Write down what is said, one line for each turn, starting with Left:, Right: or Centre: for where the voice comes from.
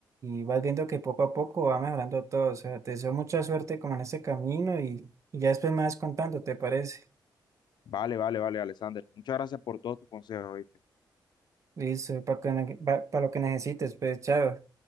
Right: vas viendo que poco a poco va mejorando todo. O sea, te deseo mucha suerte como en este camino y, y ya después me vas contando, ¿te parece?
Left: Vale, vale, vale, Alexander. Muchas gracias por todos tus consejos, ¿viste?
Right: Listo, para lo que necesites, pues chao.